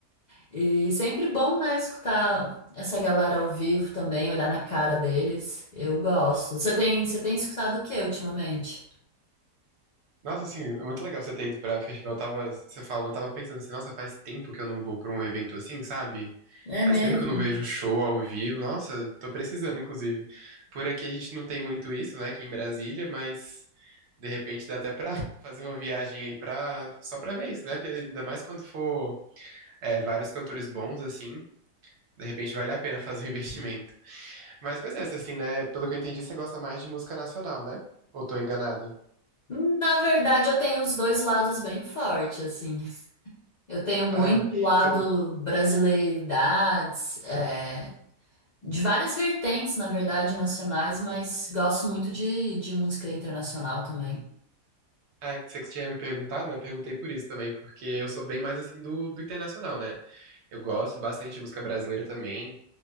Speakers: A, on the left; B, on the right.
A: E sempre bom, né, escutar essa galera ao vivo também, olhar na cara deles. Eu gosto. Você tem, você tem escutado o que ultimamente?
B: Nossa, assim, é muito legal você ter ido pra festival. Eu tava, você falando, eu tava pensando assim, nossa, faz tempo que eu não vou pra um evento assim, sabe?
A: É
B: Faz
A: mesmo?
B: tempo que eu não vejo um show ao vivo. Nossa, tô precisando, inclusive. Por aqui a gente não tem muito isso, né? Aqui em Brasília, mas de repente dá até pra <laughs> fazer uma viagem aí pra, só pra ver isso, né? Porque ainda mais quando for. é, vários cantores bons, assim. De repente vale a pena fazer um <laughs> investimento. Mas, pois é, assim, né? Pelo que eu entendi, você gosta mais de música nacional, né? Ou tô enganado? <laughs>
A: Na verdade, eu tenho os dois lados bem forte assim. Eu tenho muito
B: Ah,
A: lado
B: você-
A: brasileiridades, é, de várias vertentes, na verdade, nacionais, mas gosto muito de, de música internacional também.
B: É, você que tinha me perguntado, né? Eu perguntei por isso também, porque eu sou bem mais assim do, do internacional, né? Eu gosto bastante de música brasileira também.